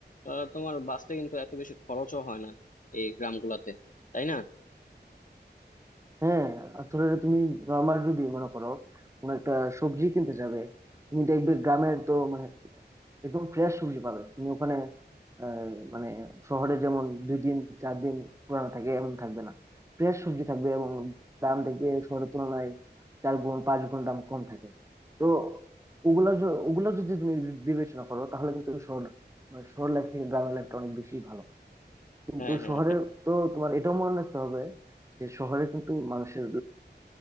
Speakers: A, on the left; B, on the right.
A: আহ, তোমার বাঁচতে কিন্তু এত বেশি খরচও হয় না এই গ্রামগুলোতে তাই না
B: হ্যাঁ আসলে তুমি নর্মাল যদি মনে করো কোনো একটা সবজি কিনতে যাবে তুমি দেখবে গ্রামের তো মানে একদম ফ্রেশ সবজি পাবে তুমি ওখানে আহ, মানে শহরে যেমন দুই দিন চার দিন পুরানো থাকে এমন থাকবে না ফ্রেশ সবজি থাকবে এবং দাম দেখবে শহরের তুলনায় চার গুণ পাঁচ গুণ দাম কম থাকে তো ওগুলো য- ওগুলো যদি তুমি বি- বিবেচনা করো তাহলে কিন্তু শহর মানে শহর লাইফ থেকে গ্রামের লাইফটা অনেক বেশি ভালো কিন্তু
A: হ্যাঁ হ্যাঁ
B: শহরের
A: হ্যাঁ
B: তো তোমার এটাও মনে রাখতে হবে যে শহরে কিন্তু মানুষের